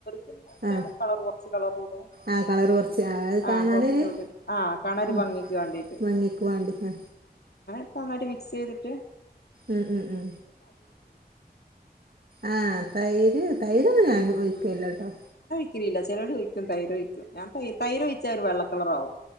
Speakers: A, on the left; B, on the right.
A: പിന്നെ അങ്ങനെ
B: ആ
A: കളർ കുറച്ച് കളർ ഇടും
B: ആ കളറ് കുറച്ച് ആ അത്
A: ആഹ
B: കാണാനൊരു
A: കൊറച്ച് കൂട്ടിട്ട് ആഹ കാണാ ഒരു
B: ഉം
A: ഭംഗിക്ക് വേണ്ടീട്ട്
B: ഭംഗിക്ക് വാണ്ടിട്ട്
A: ഒക്കെ ഒന്നായിട്ട് മിക്സ്‌യ്തിട്ട്
B: ഉ ഉ ഉ ആഹ തൈര് തൈരോന്നും ഞാൻ ഒഴിക്കലില്ലട്ടോ
A: ക്കലില്ല ചേലോർ ഒഴിക്കും തൈരൊഴിക്കും ഞാൻ തൈര് തൈര് ഒഴിച്ചാൽ ഒരു വെള്ളകളർ ആകും